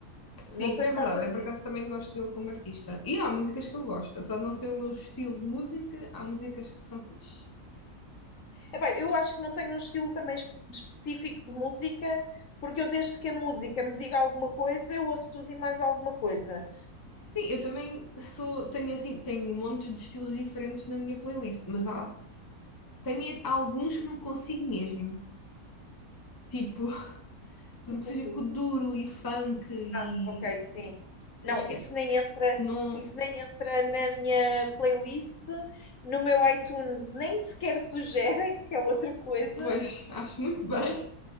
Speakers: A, on the left; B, on the left.
A: Não
B: Sim,
A: sei
B: isso é
A: se
B: verdade.
A: estás a,
B: Eu por acaso também gosto dele como artista. E há músicas que eu gosto. Apesar de não ser o meu estilo de música, há músicas que são fixe.
A: Epá, eu acho que não tenho um estilo também es- específico de música, porque eu desde que a música me diga alguma coisa, eu ouço tudo e mais alguma coisa.
B: Sim, eu também sou, tenho assim, tenho montes de estilos diferentes na minha playlist, mas há, tenho alguns que não consigo mesmo. Tipo, Tudo
A: Tipo
B: que seja
A: o quê?
B: kuduro e funk e.
A: Ah, ok, sim.
B: Esquece.
A: Não, isso nem entra,
B: Não.
A: isso nem entra na minha playlist, no meu iTunes nem sequer sugerem, que é outra coisa.
B: Pois, acho muito bem.